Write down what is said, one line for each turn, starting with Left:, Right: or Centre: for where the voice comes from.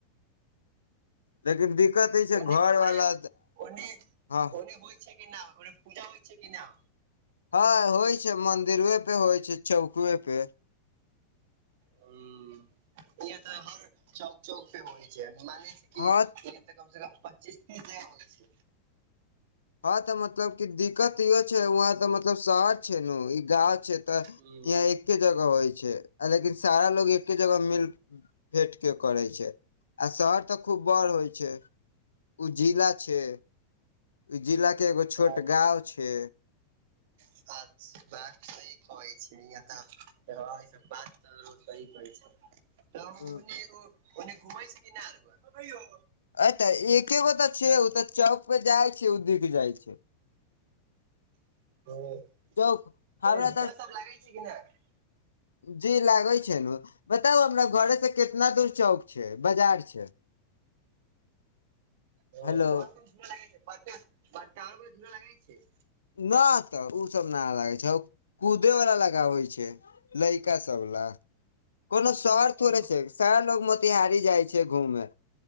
Left: लेकिन दिक्कत ई। छै
Right: ओ
Left: घर
Right: ओने
Left: वाला
Right: ओने
Left: हँ
Right: ओने होइ छै क न ओने पूजा होइ छै क ना
Left: हँ होइ छै मंदिरबे होइ छै चौकवे पे
Right: हुं इह तऽ हर चौक चौक पे होइ छै मने <unintelligible> कि
Left: हँ
Right: तऽ कम से कम पच्चीस तीस जगह होैए छै।
Left: हँ तऽ मतलब कि दिक्कत इहो छै वहां तऽ मतलब शहर छै नु ई गाँव छै। तऽ
Right: हूँ
Left: यहाँ एके जगह होइ छै, लेकिन सारा लोग एके जगह मिल। फेट के करे छै आ शहर तऽ खूब बड़ होइ छै। उ जिला छै। ई जिला के एगो छोट
Right: बात
Left: गाँव छै।
Right: <unintelligible> <unintelligible> गांव
Left: ए
Right: मे ने एगो। मोने घुमै छै कि ना रउआ <unintelligible>
Left: अ तऽ एके गो तऽ छै ओ तऽ चौक पे जाइ छै ओ दिख जाइ छै
Right: <unintelligible> सब
Left: चौक
Right: लागै छै
Left: हमरा
Right: कि नहि
Left: जी लागे छै ने बताउ अपना घरे से केतना दूर चौक छै बाजार छै।
Right: ओ
Left: हेलो
Right: कोन कोन झूला लगै छै बरका बंटा आओर के झूला लागै छै
Left: ना तऽ उ सब ना लागे छै कुदे वला लगाबै छै लइका सब ला कोनो शहर थोड़े
Right: ओ
Left: छै शहर लोग मोतिहारी जाइ छै घूमे।